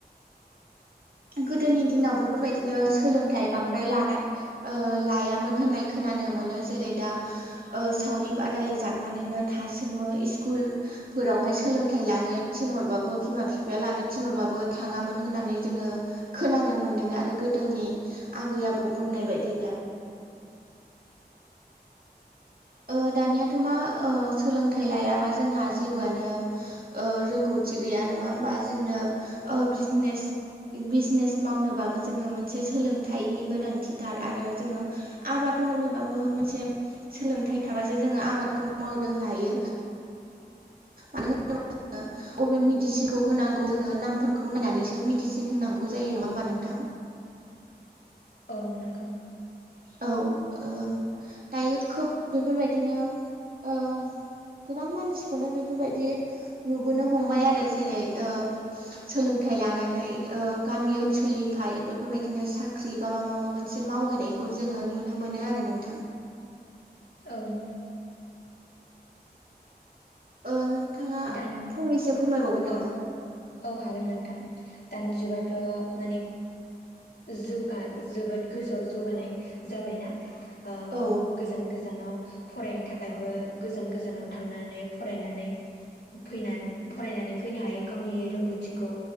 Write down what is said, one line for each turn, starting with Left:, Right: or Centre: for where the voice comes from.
Left: <inaudible>
Right: गोदोनि दिनाव बेफोरबायदिनो सोलोंथाइ बांद्राय लानाय ओ लायामोन होननाय खोनानो मोनो जेरै दा ओ सावरि बादालि जानानैनो थासोमो स्कुल फोरावहाय सोलोंथाइ लानो थिनहरबाबो बिमा बिफाया लानो थिनहरबाबो थाङामोन होननानै जोङो खोनानो मोन्दों आरो गोदोनि आबै - आबौ बुंनाय
Left: औ
Right: बायदिब्ला।
Left: <inaudible>
Right: ओ दानियाथ' मा ओ सोलोंथाइ लायाबा जोंहा जेबोआनो ओ रोंगौ रोंगौथि गैया नङा होमबा जोंनो
Left: औ
Right: ओ बिजनेस बिजनेस मावनोबाबो जोङो मोनसे सोलोंथाइनि गोनांथिथार आरो जोङो आबाद मावनोबाबो मोनसे सोलोंथाइ थाबासो जोङो आबादखौ मावनो हायो मानो होनोबा जोङो अबे मेडिसिनखौ होनांगौ जोङो नामफोरखौ नायनानैसो मेडिसिन होनांगौ जायो नङा होमबा नोंथां।
Left: औ नोंगौ।
Right: औ ओ दायो खोब बेफोरबायदिनो ओ गोबां मानसिखौनो बेफोरबायदि नुबोनो हमबाय आरो जेरै ओ सोलोंथाइ लानानै ओ गामि ओनसोलनिफ्राय बेफोरबायदिनो साख्रि बाबा माबा मोनसे मोनसे मावहैनायखौ जोङो नुनो मोनो आरो नोंथां।
Left: औ नोंथां।
Right: ओ नोंथाङा
Left: दानि
Right: फंनैसो फोरमायबावगोन नामा?
Left: औ औ हागोन नोंथां दानि जुगाथ' माने जौगा जोबोद गोजौआव जौगानाय जाबायना ओ
Right: औ
Left: गोजान गोजानाव फरायनो थाखायबो गोजान गोजानाव थांनानै थांनानै फरायनानै फैनानै फरायनानै फैनो हायो गावनि रोंगौथिखौ